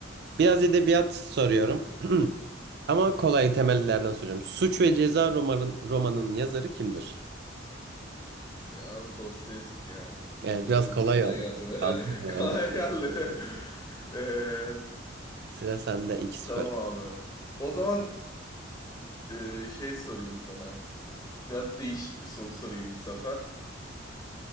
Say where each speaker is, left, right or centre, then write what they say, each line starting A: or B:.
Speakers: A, on the right (about 55°); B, on the left (about 20°).
A: biraz edebiyat soruyorum. <clears throat> Ama kolay temellerden soracağım. Suç ve Ceza romanın, romanın yazarı kimdir?
B: Ya abi Dostoyevski ya.
A: Evet,
B: Dostoy-
A: biraz kolay
B: Kolay
A: aldım.
B: geldi.
A: Fazla kolay
B: <laughs> Kolay
A: aldım.
B: geldi. Ee,
A: Sıra sende 2 sıfır
B: tamam abi. O zaman e, şey sorayım sana. Biraz değişik bir soru sorayım bu sefer.